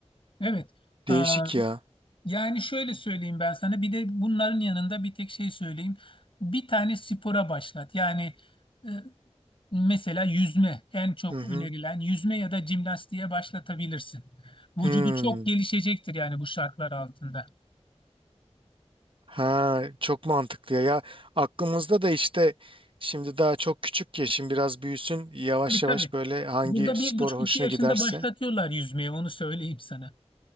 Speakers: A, on the left; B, on the right.
A: Evet. Aa,
B: değişik ya.
A: yani şöyle söyleyeyim ben sana bir de bunların yanında bir tek şey söyleyeyim. Bir tane spora başlat. Yani e, mesela yüzme en çok
B: Hı hı.
A: önerilen yüzme ya da jimnastiğe başlatabilirsin. Vücudu
B: Hmm.
A: çok gelişecektir yani bu şartlar altında.
B: Ha, çok mantıklı ya. Ya aklımızda da işte şimdi daha çok küçük ya şimdi biraz büyüsün yavaş
A: Tabii tabii.
B: yavaş böyle hangi
A: Burada
B: spor
A: bir buçuk
B: hoşuna
A: iki yaşında
B: giderse.
A: başlatıyorlar yüzmeye onu söyleyeyim sana.